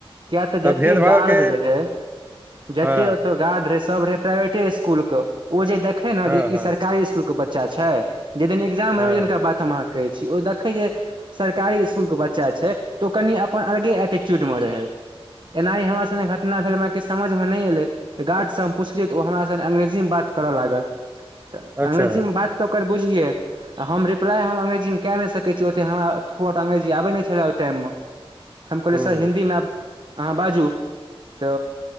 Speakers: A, on the right; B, on the right.
A: किया तऽ जते
B: भेदभाव
A: गार्ड
B: के
A: रहै जते
B: हँ
A: ओत गार्ड रहै सब रहै प्राइवेटे स्कूल क ओ जे देखै न
B: हँ
A: जे इ की
B: हँ
A: सरकारी स्कूल के बच् च्चा छै जै दिन एक्जाम
B: हँ
A: रहै ओइ दिनका बात हम अहाँके कहै छी ओ देखै जे सरकारी इस्कुलके बच्चा छै तऽ ओ कनि अपन अलगे एटिच्यूडमे रहै। एनाहि हमरा संगे घटना भेल हमरा किछ समझ में नै एले त गार्ड स हम पुछलियै त ओ हमरा तहन अंग्रेजी मे बात करऽ लागल तऽ
B: अच्छा
A: अंग्रेजी मे बात तऽ ओकर बुझियै आ हम रिप्लाइ हम अंग्रेजीमे कै नै सकै छी ओते हमरा थुर्आउट अंग्रेजी आबै नै छलै ओइ टाइममे। हम कहलियै
B: ह
A: सर हिन्दीमे आब अहाँ बाजू तऽ